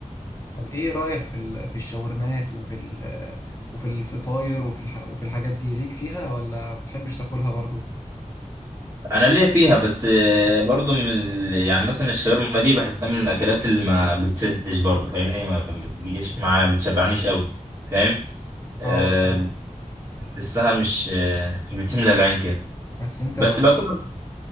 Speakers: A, on the left (about 20°); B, on the right (about 25°).
A: طب ايه رأيك في ال- في الشاورمات وفي ال- وفي الفطاير وفي الح وفي الحاجات دي ليك فيها ولا بتحبش تاكلها برضو
B: انا ليا فيها بس آه، برضو من ال... يعني مثلا الشاورما دي بحسها من الاكلات اللي ما بتسدش برضو فاهمني ما بتجيش معايا ما بتشبعنيش قوي فاهم أه
A: اه اه
B: بحسها مش آه، مش بتملى العين كده
A: بس انت
B: بس
A: لو بت...
B: باكلها برضو.